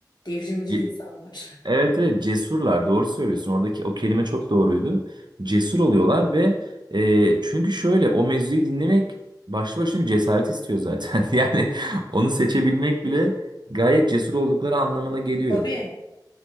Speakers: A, on the left; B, on the right.
A: devrimci
B: Ye-
A: insanlar.
B: Evet evet cesurlar doğru söylüyorsun. Oradaki o kelime çok doğruydu. Cesur oluyorlar ve e, çünkü şöyle o mevzuyu dinlemek başlı başına bir cesaret istiyor zaten. <laughs> Yani onu seçebilmek bile gayet cesur oldukları anlamına geliyor.
A: <laughs> Tabii.